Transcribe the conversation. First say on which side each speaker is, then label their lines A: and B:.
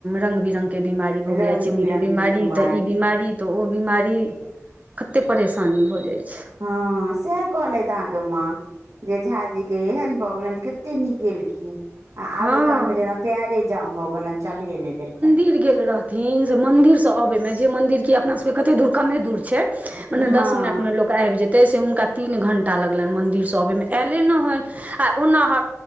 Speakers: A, on the right; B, on the right.
A: रंग बिरंगग के बीमारी भऽ
B: रंग
A: गेलै चिन्नी
B: बिरंग
A: के बीमारी
B: बिमारी
A: तऽ ई बीमारी तऽ ओ बिमारी कतेक परेशानी भऽ जाइ छै
B: हँ सेह कलेत अहा के मा जे झााजी केहन भ गलन कते निक गेलखिन आ आबे
A: हँ
B: काल मे जेना पैरे जाम भ गेलनि चलिये नय देलकनि
A: गिर गेल रह मंदिर से अबे में जे मंदिर की अपना सब के कते दूर कमे दूर छै मने
B: हँ
A: दस मिनट में लोक आबि जेतै से हुनका तीन घण्टा लगलनि मन्दिर सब ओहिमे आयलै नय हनि आ ओना ह